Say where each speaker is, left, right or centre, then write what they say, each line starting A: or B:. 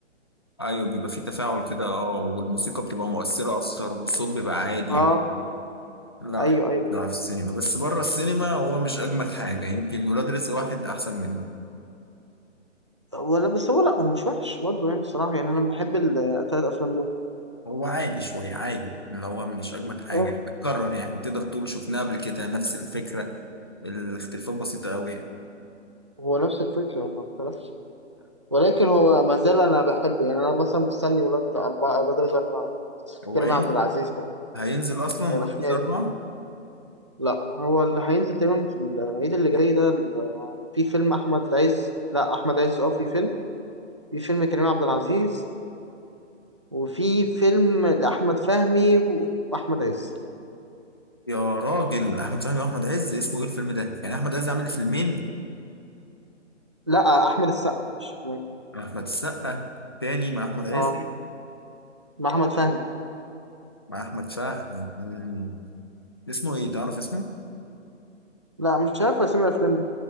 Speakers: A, on the left; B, on the right.
A: أيوه بيبقى فيه تفاعل كده أه والموسيقى بتبقى مؤثرة أكتر والصوت بيبقى عادي
B: اه
A: لا
B: ايوه ايوه
A: بصراحة في السينما بس بره السينما هو مش أجمد حاجة يمكن ولاد رزق واحد أحسن منه
B: ولا بس هو لا هو مش وحش برضه يعني الصراحه يعني انا بحب الثلاث افلام
A: هو عادي شوية عادي اللي هو مش أجمد حاجة
B: دول
A: بتكرر يعني تقدر تقول شفناه قبل كده نفس الفكرة الاختلافات بسيطة أوي يعني
B: هو نفس الفكرة هو ما اختلفش ولكن هو ما زال أنا بحبه يعني أنا مثلا مستني ولاد أربعة أولاد رزق أربعة ده
A: هو
B: كريم
A: هين-
B: عبد العزيز هيبقى
A: هينزل أصلا
B: هيبقى
A: ولاد
B: حكاية
A: رزق أربعة
B: لا هو اللي هينزل تقريبا في العيد اللي جاي ده ال- في فيلم أحمد عز لا أحمد عز أه في فيلم في فيلم كريم عبد العزيز وفي فيلم لأحمد فهمي وأحمد عز
A: يا راجل أحمد فهمي وأحمد عز اسمه إيه الفيلم ده يعني أحمد عز عامل فيلمين
B: لا أحمد السقا معلش
A: أحمد السقا تاني مع أحمد عز
B: أه مع أحمد فهمي
A: مع أحمد فهمي مم. اسمه إيه تعرف اسمه؟
B: لا مش عارف أسامي الأفلام دي.